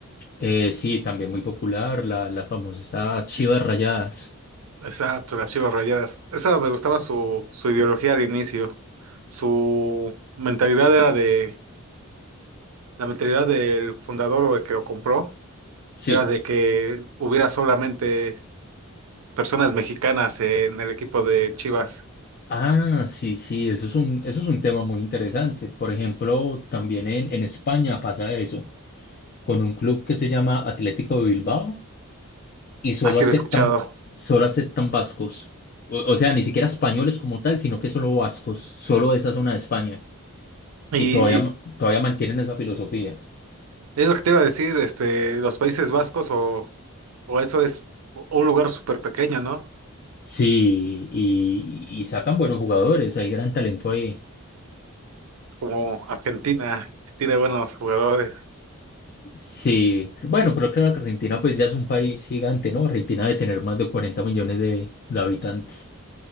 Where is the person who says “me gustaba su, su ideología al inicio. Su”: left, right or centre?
Right